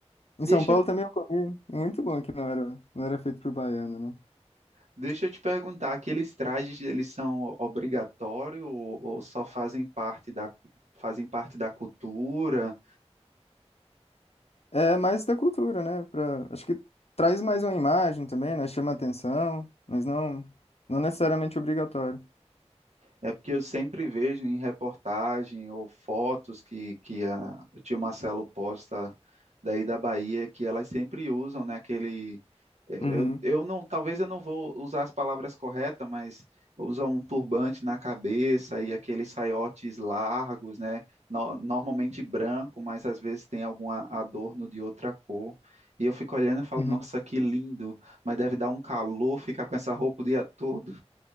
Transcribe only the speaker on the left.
Em São
Paulo também eu comi muito bom, que não era, não era feito por baiano, né.
É mais da cultura, né, pra... Acho que traz mais uma imagem também, né, chama atenção, mas não, não necessariamente obrigatório.
Uhum.
Uhum.